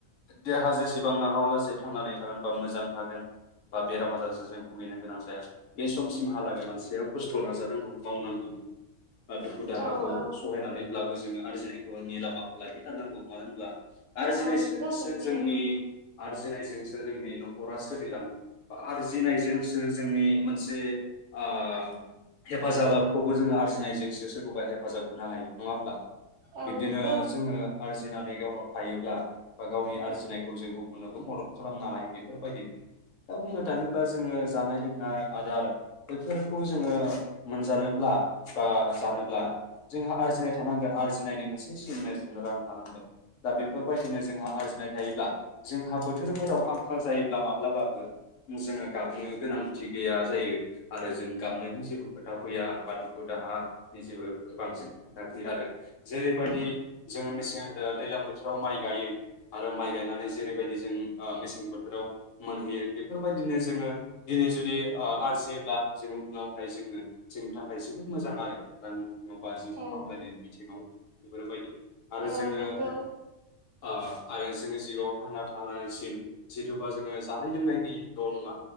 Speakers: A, on the left; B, on the right.
A: देहा जेसेबां हालासे थांनानै थागोन बा मोजां थागोन बा बेराम आजारजों जों भुगिनो गोनां जाया बे समसिमहालागै मानसिया खस्थ' नाजानांगौ मावनांगौ बा दुखु दाहाखौ
B: औ औ
A: सहायनानैब्लाबो जोङो आरजिनायखौ नि लामाखौ लाखिथारनांगौ मानो होनब्ला आरजिनायजोंजोंसो
B: औ नंगौ नोंनाया
A: जोंनि आरजिनायजोंसो <unintelligible> नखरा सोलिलाङो बा आरजिनायजोंसो जोंनि मोनसे‌ ओ हेफाजाबखौबो जोङो आरजिनायजोंसो सोरखौबा हेफाजाब होनो हायो नङा होमब्ला?
B: औ
A: बिब्दिनो
B: नंगौ
A: जोङो आरजि जिनानै गावनाव थायोब्ला बा गावनि आरजिनायखौ जों गुबुननोबो मदद खालामनो हायो बेखौ बेफोरबायदिनो दा बुंनो थाङोब्ला जोङो जानाय लोंनाय आदार बैफोरखौ जोङो मोनजानोब्ला बा जानोब्ला जोंहा आरजिनाय थानांगोन आरजिनायनि मोनसे सिमनाय राहा थानांगोन दा बेफोरबायदिनो जोंहा आरजिनाय थायोब्ला जोंहा बोथोरफोराव आं खाल जायोब्ला माब्लाबाबो जोङो गाबनो गोनांथि गैया जायो आरो जों गाबनायनि जेबो खोथा फैया बा दुखु दाहानि जेबो बांसिन खोथा फैया आरो जेरैबायदि जोङो मेसें ओ दैज्लां बोथोराव माइ गायो आरो माइ गायनानै जेरैबायदि जों ओ मेसें बोथ थोराव मोनहैयो बेफोरबायदिनो जोङो दिनै जुदि ओ आरजियोब्ला जों उनावाय जोङो जोंनि थाखाय जोबोद मोजां आरो रांनि बिथिङाव बा जिउ सामलायनाय
B: औ
A: बिथिङाव बेफोरबायदि आरो
B: औ
A: जोङो
B: नोंगौ
A: ओ आरो जोङो जिउआव थांना थानायसिम जिदुबा जोङो जानाय लोंनायनिल' नङा